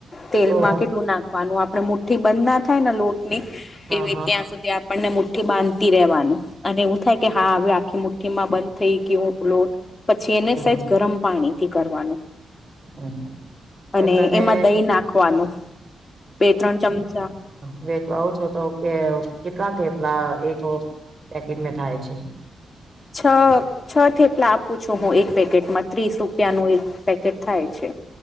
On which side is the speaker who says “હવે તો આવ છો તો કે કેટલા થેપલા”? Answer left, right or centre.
Right